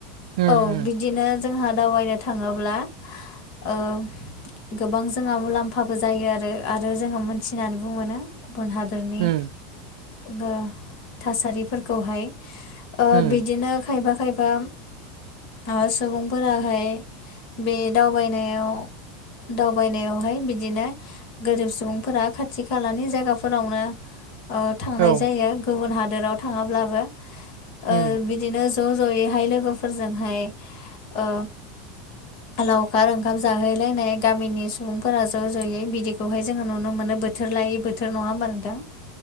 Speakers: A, on the right (about 80°); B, on the left (about 60°).
A: उम
B: औ
A: उम
B: बिदिनो जोंहा दावबायनो थाङोब्ला ओ गोबां जोंहा मुलाम्फाबो जायो आरो। आरो जोङो मोनथिनानैबु मोनो। गुबुन हादरनि
A: उम
B: गो थासारिफोरखौहाय ओ
A: उम
B: बिदिनो खायफा खायफा ओस सुबुंफोराहाय बे दावबायनायाव दावबायनायावहाय बिदिनो गोरिब सुबुंफोरा खाथि खालानि जायगाफोरावनो ओ थांनाय
A: औ
B: जायो। गुबुन हादोराव थाङाब्लाबो। ओ
A: उम
B: बि बिदिनो ज' ज'यैहाय लोगोफोरजोंहाय ओ लाव खार ओंखाम जाहैलायनाय गामिनि सुबुंफोरा ज' ज'यै बिदिखौहाय जोङो नुनो मोनो। बोथ थोर लायै बोथोर, नङा होमबा नोंथां?